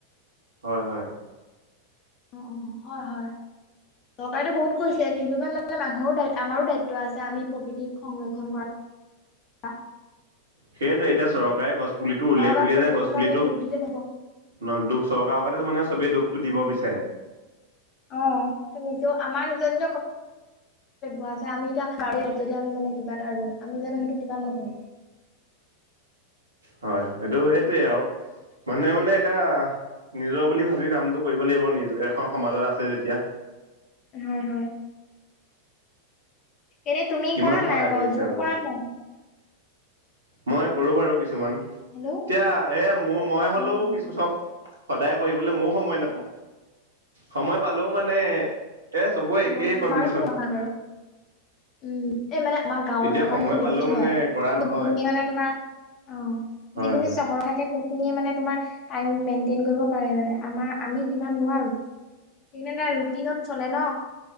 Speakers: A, on the right (about 70°); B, on the left (about 35°).
A: হয় হয়।
B: অ -অ হয় -হয়। চৰকাৰটো বহুত কৰিছে কিন্তু ইমান মানে মানুহৰো আমাৰো দায়িত্ব আছে আমি প্ৰকৃতিক সংৰক্ষণ কৰা। ত।
A: সেইয়েতে এতিয়া চৰকাৰে গছপুলিটো উলিয়াই
B: গাত
A: বুলিয়ে
B: প্ৰতিটো
A: যে গছপুলিটোক
B: কথা আমি দুখ দিলে নহ'ব।
A: ন দুখ চৰকাৰ আগতে মানে চবেই দুখটো দিব বিচাৰে।
B: অ ত নিজে আমাৰ নিজৰ নিজৰ ক পোৱা আমি এতিয়া যদি আমি মানে কিবা এটা আৰুো আমি জানো সেইটো কিবা নকৰো।
A: হয় এইটো সেইটোৱে আৰু মানুহে মানে এতিয়া নিজৰ বুলি ভাবি কামটো কৰিব লাগিব নিজ এখন সমাজত আছে যেতিয়া।
B: হয় হয়। এনেই তুমি
A: কিমান
B: কৰা
A: সহায়
B: নাই
A: কৰিছে
B: বাৰ যোগ
A: আকৌ
B: কৰা নাই।
A: মই কৰো বাৰু কিছুমান
B: হেল্ল'
A: এতিয়া এ মোৰ মই হলেও
B: অ', অ'।
A: কিছু চব। সদায় কৰিবলৈ ময়ও সময় নাপাওঁ সময় পালেও মানে এ চবৰে
B: সময়ত
A: একেই কণ্ডিচন
B: বাৰো অহা বাৰু। উম এই মানে আমাৰ গাঁৱৰ
A: এতিয়া
B: থকা
A: সময়
B: খিনি
A: পালেও
B: বেছি
A: মানে
B: হয়।
A: কৰা নহয়
B: ম তোমাৰ অ
A: হয়
B: যিখিনি
A: হয়
B: চহৰ থাকে। সেইখিনিয়ে মানে তোমাৰ টাইম মেইনটেইন কৰিব পাৰে মানে আমাৰ আমি যিমান নোৱাৰো। সেইকাৰ ন ৰুটিনত চলে ন?